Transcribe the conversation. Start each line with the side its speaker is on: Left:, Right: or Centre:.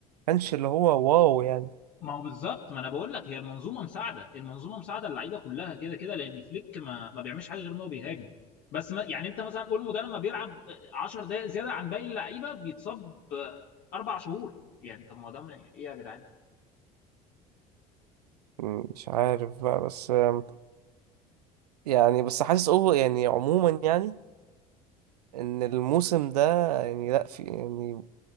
Right: كانش اللي هو واو يعني
Left: ما هو بالظبط ما انا بقول لك هي المنظومه مساعده المنظومه مساعده اللعيبه كلها كده كده لان فليك ما ما بيعملش حاجه غير ان هو بيهاجم بس ما يعني انت مثلا اولمو ده لما بيلعب 10 دقائق زياده عن باقي اللعيبه بيتصاب آه، اربع شهور يعني طب ما ده من- ايه يا جدعان
Right: مش عارف بقى بس آم، يعني بس حاسس اوفر يعني عموما يعني ان الموسم ده يعني لا في يعني